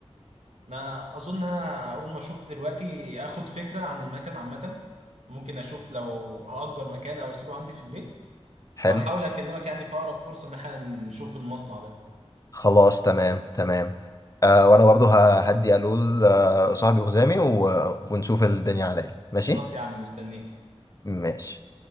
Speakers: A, on the right; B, on the left.
A: انا اظن انا هقوم اشوف دلوقتي اخد فكره عن المكان عامه ممكن اشوف لو هأجر مكان او اسيبه عندي في البيت
B: حلو
A: واحاول اكلمك يعني في اقرب فرصه ان احنا نشوف المصنع ده
B: خلاص تمام تمام آه وانا برضه ه- هدي الول آه صاحبي وخزامي و... ونشوف الدنيا على ايه ماشي
A: خلاص يا عم مستنيك
B: ماشي